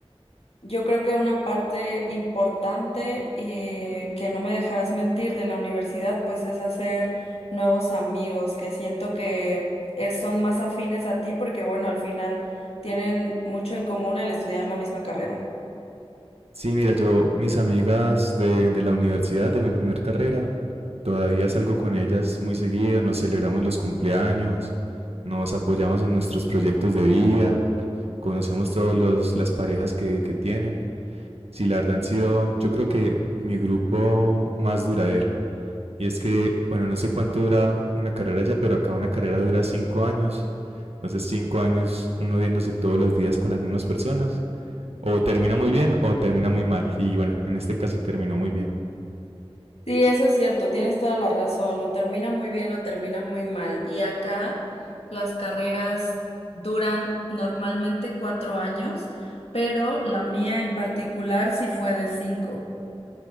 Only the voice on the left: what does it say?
Yo creo que una parte importante y que no me dejarás mentir de la universidad, pues es hacer nuevos amigos que siento que eh, son más afines a ti porque bueno, al final tienen mucho en común al estudiar la misma carrera.
Sí, eso es cierto, tienes toda la razón, o termina muy bien o termina muy mal. Y acá las carreras duran normalmente cuatro años, pero la mía en particular sí fue de cinco.